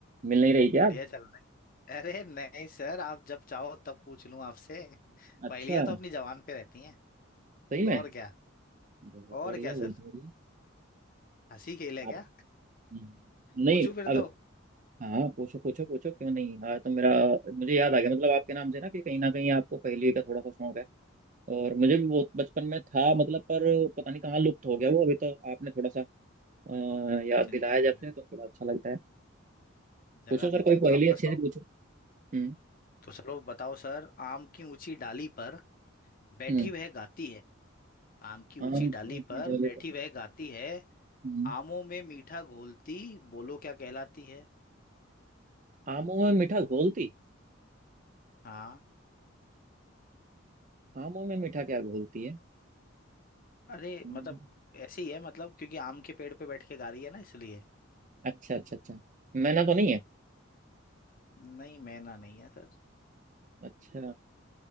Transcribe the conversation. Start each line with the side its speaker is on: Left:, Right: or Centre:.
Right: मिल नहीं रही क्या
Left: बढ़िया
Right: आप
Left: चल रहे हैं अरे नहीं सर आप जब चाहो तब पूछ लूं आपसे
Right: अच्छा
Left: पहेलियां तो अपनी जबान पे रहती हैं
Right: सही में
Left: और क्या
Right: बहुत
Left: और
Right: बढ़िया
Left: क्या सर
Right: बहुत बढ़िया
Left: हंसी खेल है क्या
Right: आप हम्म, नहीं
Left: पूछूं फिर
Right: अब
Left: तो
Right: हाँ पूछो पूछो पूछो क्यों नहीं हाँ तो मेरा मुझे याद आ गया मतलब आपके नाम से ना कि कहीं ना कहीं आपको पहेली का थोड़ा सा शौक है और मुझे भी बहुत बचपन में था मतलब पर पता नहीं कहाँ लुप्त हो गया वो अभी तो आपने थोड़ा सा अ, याद
Left: चिंता
Right: दिलाया
Left: नहीं
Right: जब
Left: करता
Right: से तो थोड़ा अच्छा लगता है
Left: जगा
Right: पूछो सर
Left: देते
Right: कोई
Left: हैं
Right: पहेली
Left: तो आपका
Right: अच्छे
Left: शौक
Right: से पूछो हम्म
Left: तो चलो बताओ सर आम की ऊंची डाली पर बैठी
Right: हम्म।
Left: वह गाती है आम की ऊंची
Right: आम क्यों
Left: डाली
Right: की
Left: पर
Right: डाले
Left: बैठी
Right: पर
Left: वह गाती है
Right: हम्म,
Left: आमों में मीठा घोलती बोलो क्या कहलाती है
Right: आमों में मीठा घोलती
Left: हाँ
Right: आमों में मीठा क्या घोलती है
Left: अरे
Right: हम्म,
Left: मतलब ऐसे ही है मतलब क्योंकि आम के पेड़ पे बैठ के गा रही है ना इसलिए
Right: अच्छा अच्छा अच्छा मैना तो नहीं है
Left: नहीं मैना नहीं है सर
Right: अच्छा